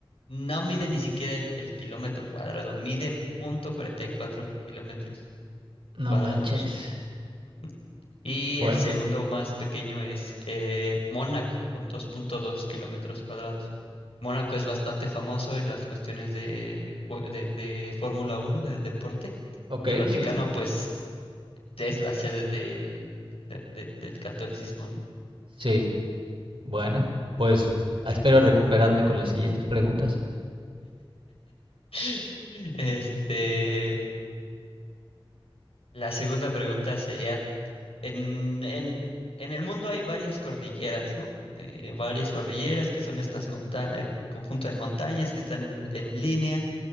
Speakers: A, on the left (about 85°); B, on the right (about 65°).
A: no mide ni siquiera el, el kilómetro cuadrado, mide punto cuarenta y cuatro kilómetros
B: No
A: cuadrados.
B: manches.
A: Ujú. Y
B: Bueno,
A: el segundo más pequeño es eh, Mónaco, con dos punto dos kilómetros cuadrados. Mónaco es bastante famoso en las cuestiones de, jue- de, de Fórmula Uno del deporte.
B: ok,
A: Y el Vaticano,
B: sí.
A: pues, es la sede del, de- de- del catolicismo, ¿no?
B: Sí, bueno, pues espero recuperarme con las siguientes preguntas.
A: <laughs> Este, La segunda pregunta sería, en, en, en el mundo hay varias cordilleras, ¿no? Eh, varias cordilleras que son estas monta eh, conjunto de montañas que están en, en línea